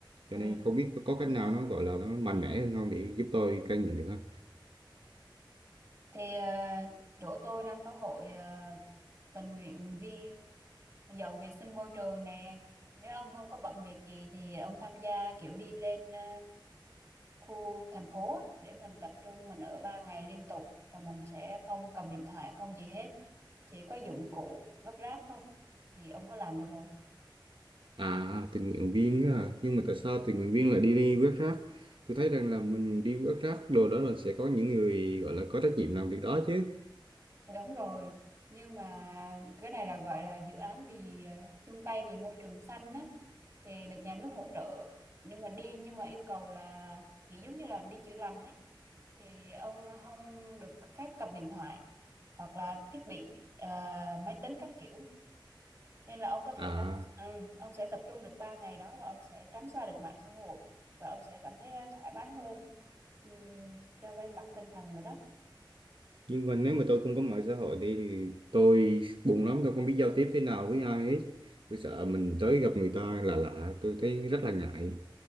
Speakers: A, on the right; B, on the right.
A: ừ.
B: cho nên không biết có, có cách nào nó gọi là nó mạnh mẽ hơn không để giúp tôi cai nghiện được không
A: thì ờ, chỗ tôi đang có hội ờ, tình nguyện viên dọn vệ sinh môi trường nè nếu ông không có bận việc gì thì ông tham gia kiểu đi lên ờ, khu thành phố á, để mình tập trung mình ở 3 ngày liên tục và mình sẽ không cầm điện thoại không gì hết chỉ có dụng cụ gấp rác thôi thì ông có làm được không
B: à tình nguyện viên á, hả? nhưng mà tại
A: ừ.
B: sao tình nguyện viên lại đi, đi quét rác tôi thấy rằng là mình đi quét rác đồ đó là sẽ có những người gọi là có trách nhiệm làm việc đó chứ
A: đúng rồi nhưng mà cái này là gọi là dự án vì ờ, chung tay vì môi trường xanh á thì được nhà nước hỗ trợ nhưng mà đi nhưng mà yêu cầu là kiểu giống như là đi chữa lành ấy thì ông không được phép cầm điện thoại hoặc là thiết bị ờ, máy tính các kiểu nên là ông có thể
B: à
A: tránh ừ, ông sẽ tập trung được 3 ngày đó và ông sẽ tránh xa được mạng xã hội và ông sẽ cảm thấy ờ, thoải mái hơn Ừm, cho vay mặt tinh thần rồi đó
B: nhưng mà nếu mà tôi không có mạng xã hội đi thì tôi buồn lắm tôi không biết giao tiếp thế nào với ai hết tôi sợ mình tới gặp người ta là lạ tôi thấy rất là ngại